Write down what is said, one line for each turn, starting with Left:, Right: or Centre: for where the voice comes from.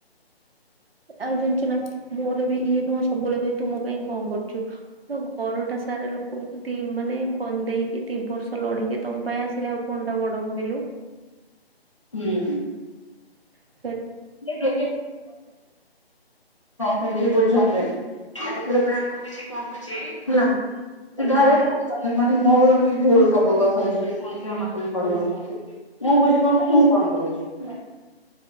Right: ଆଉ ଜାଣିଚୁନା ମୋର ବି ଇଏ ନୁହଁ ସବୁବେଳେ କହିବେ ତୁ ମୋ ପାଇଁ କଣ କରୁଚୁ? ତୋ ଘରଟା ସାରା ଲୋକଙ୍କୁ ଦି ମାନେ ଖନ୍ଦେଇକି ଦି ବର୍ଷ ଲଢିକି ତମ ପାଇଁ ଆସିଲେ ଆଉ କଣଟା ବଡ କହିଲୁ।
Left: ହୁଁ।
Right: ହ
Left: <unintelligible> ହଁ କେହି ବୁଝନ୍ତିନି। ତାପରେ ଭାଇଙ୍କୁ କିଛି କହୁଚି ହେଲା। <unintelligible>
Right: ହଁ
Left: ମାନେ ମୋର। ଭୁଲ ସବୁ କଥାରେ <unintelligible> ମତେ ବି କହିଦଉଛନ୍ତି ମୁଁ ବୁଝିପାରୁନି ମୁଁ କଣ କରୁଛି ହେଲା।